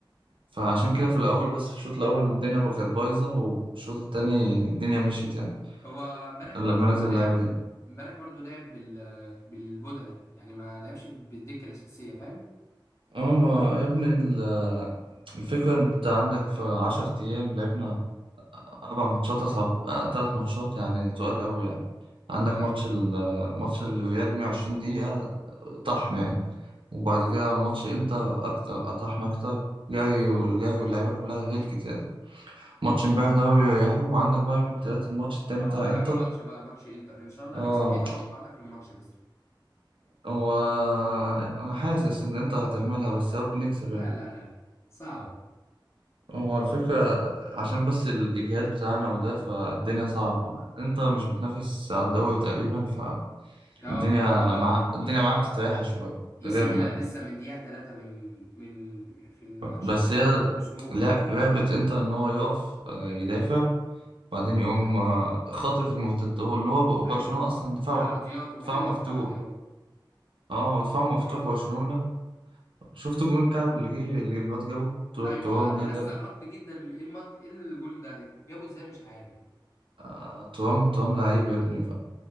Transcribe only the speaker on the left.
هو امبارح
برضو
لعب
امبارح برضو لعب بال بالبدلة يعني ما لعبش بالدكة الأساسية فاهم؟
اه
اه
اهم ماتش بقى ماتش انتر ان شاء الله
هنكسب ايه توقعاتك للماتش مثلا؟
لا
لا لا لا صعبة
اه
ما ها...
اي
سي ميلان لسه من دقيقة تلاتة من من في الماتش
تقريبا
من اسبوع
آه
ايوه
في العرضيات هو
حلو
قوي في العرضيات
المفروض
ايوه
ده
انا
استغربت جدا من ايه المط... ايه الجون ده جابه ازاي مش عارف